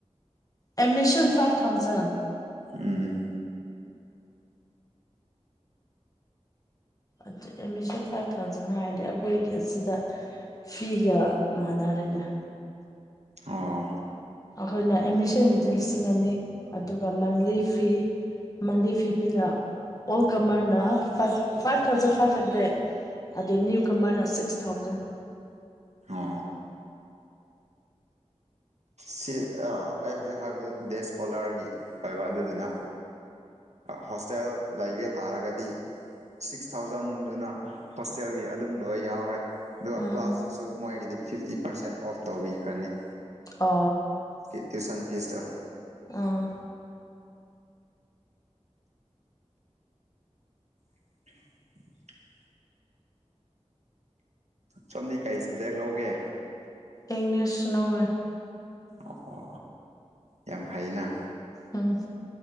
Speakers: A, on the left; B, on the right.
A: ꯑꯦꯃꯦꯖꯟ ꯐꯥꯏꯚ ꯊꯥꯎꯖꯟ
B: ꯎꯝ
A: ꯑꯗꯨ ꯑꯦꯠꯃꯤꯁꯟ ꯐꯥꯏꯚ ꯊꯥꯎꯖꯟ ꯍꯥꯏꯔꯗꯤ ꯑꯩꯈꯣꯏꯒꯤ ꯑꯁꯤꯗ ꯐꯤꯒ ꯃꯥꯟꯅꯔꯦꯅꯦ
B: ꯑꯣ
A: ꯑꯩꯈꯣꯏꯅ ꯑꯦꯠꯃꯤꯁꯟꯒꯤꯗꯤ ꯂꯤꯁꯤꯡ ꯑꯅꯤ ꯑꯗꯨꯒ ꯃꯟꯂꯤ ꯐꯤ ꯃꯟꯗꯤ ꯐꯤꯞꯇꯤꯗ ꯑꯣꯜ ꯀꯃꯔꯅ ꯐꯥꯏ ꯐꯥꯏꯚ ꯊꯥꯎꯖꯟ ꯐꯥꯏꯚ ꯍꯟꯗ꯭ꯔꯦꯠ ꯑꯗꯩ ꯅ꯭ꯌꯨ ꯀꯃꯥꯏꯅ ꯁꯤꯛꯁ ꯊꯥꯎꯖꯟ
B: ꯍ ꯁꯤ ꯑꯩ ꯍꯧꯖꯤꯛ ꯍꯥꯏꯕꯗ ꯗꯦꯁꯀꯣꯂꯥꯔꯒꯤ ꯑꯣꯏꯕ ꯑꯗꯨꯗꯨꯅ ꯍꯣꯁꯇꯦꯜ ꯂꯩꯒꯦ ꯇꯥꯔꯒꯗꯤ ꯁꯤꯛꯁ ꯊꯥꯎꯖꯟꯗꯨꯅ ꯍꯣꯁꯇꯦꯜꯒꯤ ꯑꯗꯨꯝ ꯂꯣꯏ ꯌꯥꯎꯔꯦ ꯑꯗꯨꯒ
A: ꯎꯝ
B: ꯀ꯭ꯂꯥꯁꯇꯁꯨ ꯃꯣꯏꯒꯤꯗꯤ ꯐꯤꯐꯇꯤ ꯄꯥꯔꯁꯦꯟ ꯑꯣꯐ ꯇꯧꯕꯤꯈ꯭ꯔꯅꯤ
A: ꯑ
B: ꯇ꯭ꯌꯨꯁꯟ ꯐꯤꯁꯇ
A: ꯑꯥ
B: <unintelligible> ꯁꯣꯝꯗꯤ ꯀꯩ ꯁꯕꯖꯦꯛ ꯂꯧꯒꯦ
A: ꯏꯪꯅꯤꯁ ꯅꯧꯋꯦ
B: ꯑꯣ ꯌꯥꯝ ꯐꯩꯅ
A: ꯑꯝ